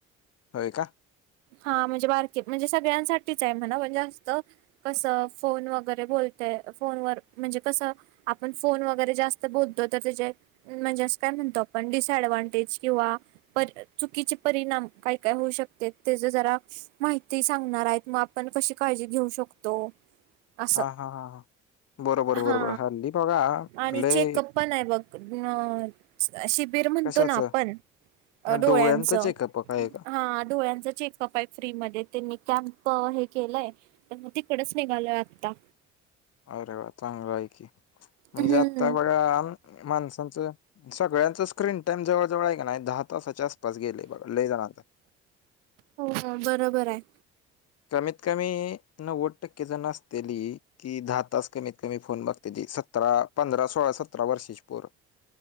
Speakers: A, on the left; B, on the right.
A: होय का?
B: हा म्हणजे बारके म्हणजे सगळ्यांसाठीच हाय म्हणाव. कस फोन वगैरे बोलत फोनवर म्हणजे कसं आपण फोन वैगेरे ज्यास्त बोलतो त्याच जे म्हणजे असं काय म्हणतो आपण डीसाईडवानटेज किंवा चुकीचे परिणाम काय काय होऊ शकत्यात. तेज जरा माहिती सांगणार हायत. मग आपण कशी काळजी घेऊ शकतो. असं
A: हा हा हा बरोबर
B: हा
A: बरोबर हल्ली बगा
B: आणि
A: लयी
B: चेकअप पण आय बघ न शिबिर म्हणतो
A: कशाचं?
B: ना आपण. अ डोळ्यांच.
A: डोळ्यांचं चेकअप काय आहे का?
B: हा डोळ्यांचा चेकअप आय फ्री मध्ये. त्यांनी कॅम्प हे केलंय. तिकडच निघालोय आत्ता.
A: अरे वा चांगलंय की. मणजे
B: हम्म
A: आता बगा माणसांच सगळ्यांचं स्क्रीन टाइम जवळ जवळ आहे का नाइ दहा तासाच्याआसपास गेले बघा लयी जणांच.
B: हो हो बरोबर आहे.
A: कमीत कमी नव्वद टक्के जन असतीली. की दहा तास कमीत कमी फोन बघत्याती. सतरा पंधरा सोळा सतरा वर्षेची पोर.